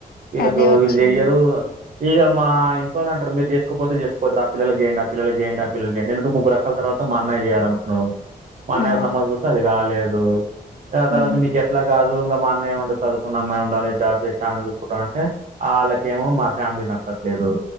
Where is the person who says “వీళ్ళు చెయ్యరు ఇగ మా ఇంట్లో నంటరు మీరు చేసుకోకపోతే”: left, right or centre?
Right